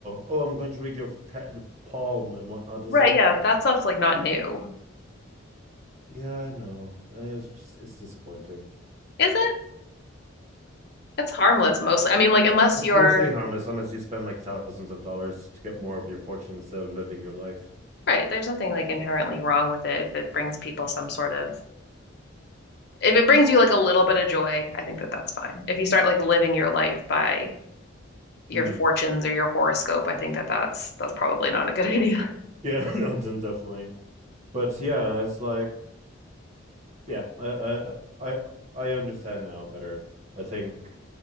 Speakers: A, on the right (about 35°); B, on the left (about 50°).
A: oh, I'm going to read your pet palm and whatnot. It's
B: Right,
A: like,
B: yeah, that stuff's like not new.
A: yeah, I know. It's just, it's disappointing.
B: Is it? It's harmless mostly. I mean, like unless
A: It's
B: you're
A: mostly harmless unless you spend like thousands of dollars to get more of your fortune instead of living your life.
B: right, there's nothing like inherently wrong with it if it brings people some sort of If it brings you like a little bit of joy, I think that that's fine. If you start like living your life by your
A: Hmm.
B: fortunes or your horoscope, I think that that's that's probably not a good idea. <laughs>
A: Yeah, <laughs> no, definitely. But yeah, it's like yeah, I I I, I understand now better. I think